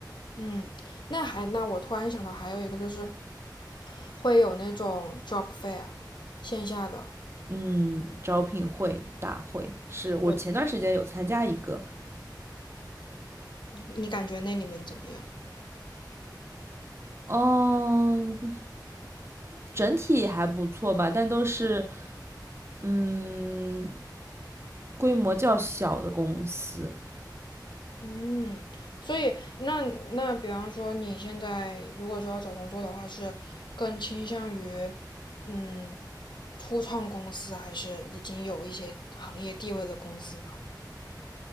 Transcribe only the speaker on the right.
嗯，招聘会大会是我前段时间有参加一个，
嗯，整体还不错吧，但都是嗯规模较小的公司，